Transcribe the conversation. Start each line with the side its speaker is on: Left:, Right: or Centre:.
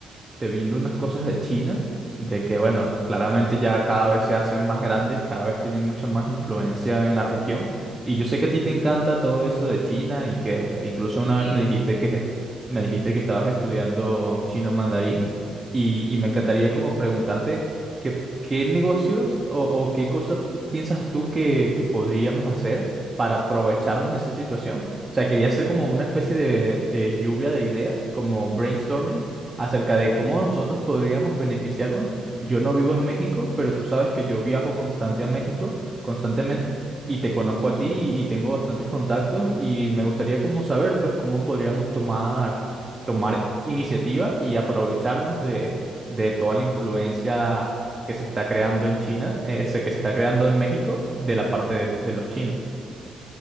Right: este, viendo unas cosas de China, de que bueno, claramente ya cada vez se hacen más grandes, cada vez tienen mucha más influencia en la región. Y yo sé que a ti te encanta todo eso de China y que incluso una
Left: <laughs> Sí,
Right: vez me dijiste
Left: sí,
Right: que, me dijiste que estabas estudiando chino mandarín y, y me encantaría como preguntarte... ¿Qué, qué negocios o, o qué cosa piensas tú que, que podríamos hacer para aprovecharnos de esa situación? O sea, quería hacer como una especie de, de lluvia de ideas, como brainstorming, acerca de cómo nosotros podríamos beneficiarnos. Yo no vivo en México, pero tú sabes que yo viajo constante a México, constantemente, y te conozco a ti y, y tengo bastantes contactos y me gustaría como saber, pues, cómo podríamos tomar, tomar iniciativa y aprovecharnos de de toda la influencia que se está creando en China, eh, ese que se está creando en México, de la parte de, de los chinos.